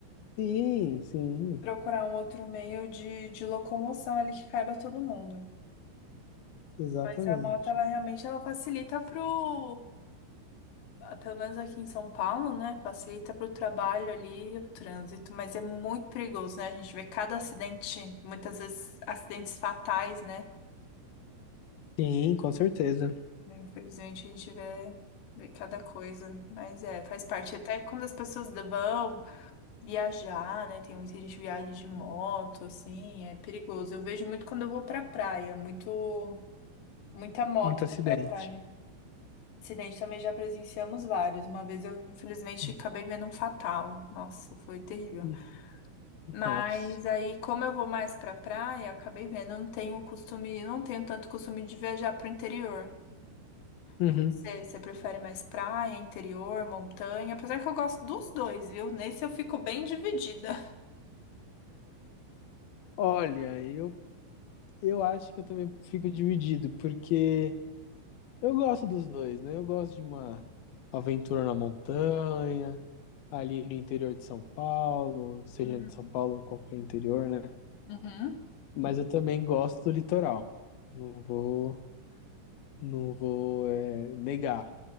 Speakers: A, on the left (about 80°); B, on the left (about 70°).
A: Sim, sim,
B: Procurar um outro meio de, de locomoção ali que caiba todo mundo.
A: exatamente.
B: Mas a moto, ela realmente, ela facilita pro, pelo menos aqui em São Paulo, né? Facilita para o trabalho ali, o trânsito, mas é muito perigoso, né? A gente vê cada acidente, muitas vezes acidentes fatais, né?
A: Sim, com certeza.
B: Infelizmente a gente vê, vê cada coisa, mas é, faz parte. Até quando as pessoas vão viajar, né? Tem muita gente que viaja de moto, assim, é perigoso. Eu vejo muito quando eu vou pra praia, muito, muita moto
A: Muito
B: indo
A: acidente.
B: pra praia. Acidente também já presenciamos vários. Uma vez eu, infelizmente,
A: Sim.
B: acabei vendo um fatal. Nossa, foi terrível.
A: Uhum.
B: Mas
A: Nossa.
B: aí, como eu vou mais pra praia, acabei vendo. Eu não tenho costume, não tenho tanto costume de viajar pro interior.
A: Uhum.
B: E você, você prefere mais praia, interior, montanha? Apesar que eu gosto dos dois, viu? Nesse eu fico bem dividida.
A: Olha, eu, eu acho que eu também fico dividido, porque Eu gosto dos dois, né? Eu gosto de uma aventura na montanha, ali no interior de São Paulo, seja
B: Uhum.
A: de São Paulo ou qualquer interior, né?
B: Uhum.
A: Mas eu também gosto do litoral. Não vou, não vou é, negar.